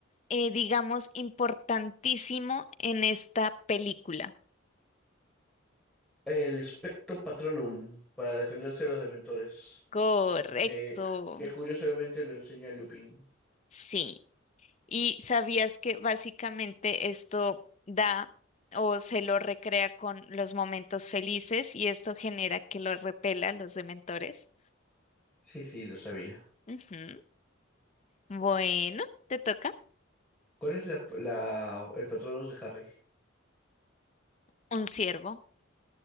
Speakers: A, on the left (about 35°); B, in the centre.
A: eh, digamos, importantísimo en esta película?
B: El Spectro Patronum para defenderse de los dementores,
A: Correcto.
B: que, que curiosamente lo enseña Lupin.
A: Sí. Y sabías que básicamente esto da o se lo recrea con los momentos felices y esto genera que lo repela a los dementores.
B: Sí, sí, lo sabía.
A: Ujú. Bueno, te toca
B: ¿Cuál es la, la- el Patronus de Harry?
A: un ciervo.